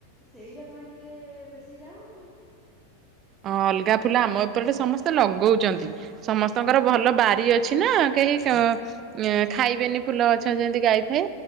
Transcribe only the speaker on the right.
ଅଲଗା ଫୁଲ ଆମ ଏପଟେ ସମସ୍ତେ ଲଗଉଚନ୍ତି ସମସ୍ତଙ୍କର ଭଲ ବାରି ଅଛି ନା କେହି ଅ ୟାଁ ଖାଇବେନି ଫୁଲ ଗଛ ଯେମିତି ଗାଈ ଫାଇ